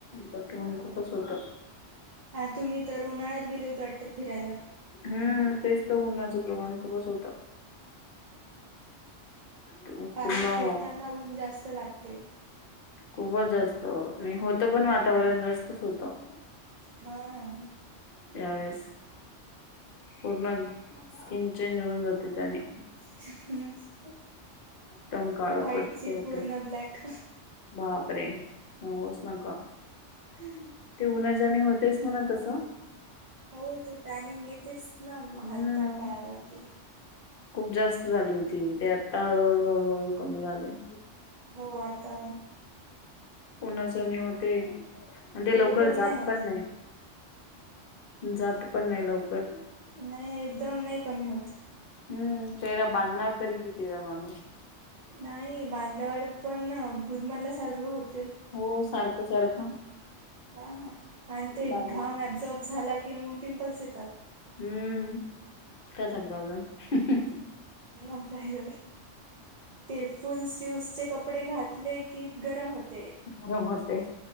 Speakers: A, on the left; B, on the right.
A: बट ऊन खूपच होत.
B: हा तुम्ही तर, उन्हाळ्यात गेले होते वाटत, फिरायला?
A: हम्म, तेच तर उन्हाचं प्रमाण खूपच होतं पूर्ण
B: बाहेर फिरताना, ऊन जास्त लागते
A: खूपच जास्त, नाही होत पण वातावरण जास्तच होतं.
B: हा हा
A: यावेेळेस, पूर्ण स्किन चेंज होऊन जाते त्यानी
B: <inaudible>
A: एकदम काळ
B: व्हाईटची
A: कट्ट होते
B: पूर्ण ब्लॅक.
A: बापरे! सांगूच नका
B: हम ह <unintelligible>
A: ते उन्हाच्याने होतेच म्हणा तसं
B: हो ते टॅनिंग येतेच ना
A: हम्म
B: हाता पायावरती
A: खूप जास्त झाली होती ते आत्ता हळूहळू, हळूहळू कमी झाले.
B: हो आता.
A: कोणाचणी होते आणि ते
B: हे
A: लवकर
B: एकदम
A: जात
B: होत
A: पण नाही. जात पण नाही लवकर.
B: नाही, नाही एकदम नाही कमी होत.
A: हम्म, चेहरा बांधणार तरी किती वेळा माणूस.
B: नाही बांधल्यावर पण गुदमरला सारखं होत.
A: हो, सारखं, सारखं.
B: हा आणि ते
A: बांध
B: घाम अब्झॉर्ब झाला की मग पिंपल्स येतात.
A: हम्म, त्याचा काय प्रॉब्लेम?
B: मग काय कर ते फुल स्लीव चे कपडे घातले की गरम होते.
A: गरम होते.